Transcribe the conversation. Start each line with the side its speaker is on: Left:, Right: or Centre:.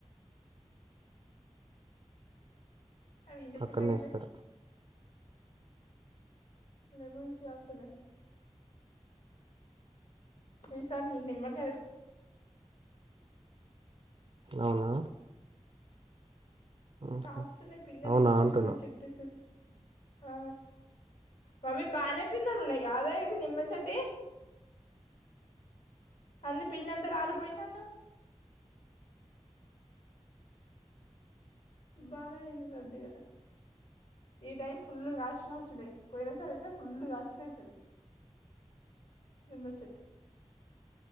Left: అవింక తి
Right: అక్కడనే
Left: పోయింద
Right: ఇస్తారు
Left: లెమన్స్ కాస్తున్నాయి ఈసారి చూడు నిమ్మకాయలు
Right: అవునా ఆహా
Left: కాసున్నాయ్ పిండలేస్తున్నాయి
Right: అవునా అంటున్నా
Left: మా చెట్టుకి ఆ మమ్మీ బనె పిందెగున్నాయి అద ఇవి నిమ్మచిటీ అన్నీ పిందంతా రాలిపోయిందన్నావ్ బానే అయింది లడ్డుగా ఈ టైం ఫుల్లు కాసినాల్సినయి పోయిన సర అయితే ఫుల్ కాసినయి సరికి నిమ్మచ్చిట్టు